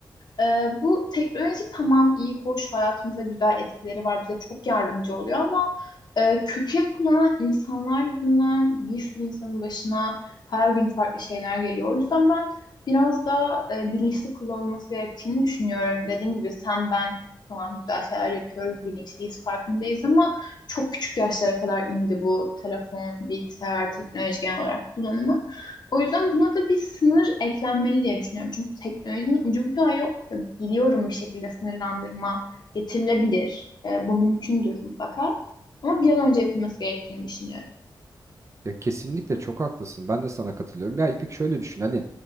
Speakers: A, on the left; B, on the right.
A: ee, bu teknoloji tamam iyi, hoş, hayatımıza güzel etkileri var, bize çok yardımcı oluyor ama e, kötüye kullanan insanlar yüzünden bir sürü insanın başına her gün farklı şeyler geliyor. O yüzden ben biraz daha e, bilinçli kullanılması gerektiğini düşünüyorum. Dediğim gibi sen ben tamam güzel şeyler yapıyoruz, bilinçliyiz, farkındayız ama çok küçük yaşlara kadar indi bu telefon, bilgisayar, teknoloji genel olarak kullanımı. O yüzden buna da bir sınır eklenmeli diye düşünüyorum. Çünkü teknolojinin ucu bucağı yok. Ve Biliyorum bir şekilde sınırlandırma getirilebilir. E, bu mümkündür mutlaka. Ama bir an önce yapılması gerektiğini düşünüyorum.
B: Ya kesinlikle çok haklısın. Ben de sana katılıyorum. Ya İpek şöyle düşün. Hani